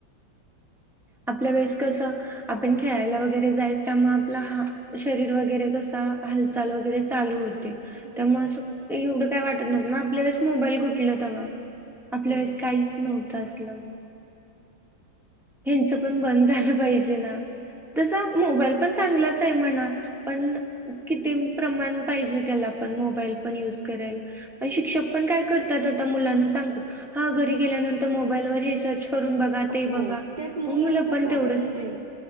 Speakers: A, in the centre; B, on the right.
A: आपल्या वेळेस कसं आपण खेळायला वगैरे जायच त्यामुळे आपला हा शरीर वगैरे कसा हल चाल वगैरे चालू होते.
B: <unintelligible>
A: म असं एवढं काय वाटत नव्हतं ना आपल्या वेळेस मोबाईल कुटलं तेव्हा आपल्या
B: हो
A: वेळेस काहीच नव्ह तसलम हेनच पण बंद झालं पाहिजे ना, तस मोबाईल पण चांगलाच आहे म्हणा. पण कितीम प्रमाण पाहिजे त्याला पण मोबाईल पण युज करायला. पण शिक्षक पण काय करतात आता मुलांना सांगतात हा घरी गेल्यानंतर मोबाईलवर हे सर्च करून बघा
B: हो,
A: ते बघा
B: त्यात मुलांचा
A: मग मुलं पण
B: प्रॉब्लेम
A: तेवढंच
B: नाही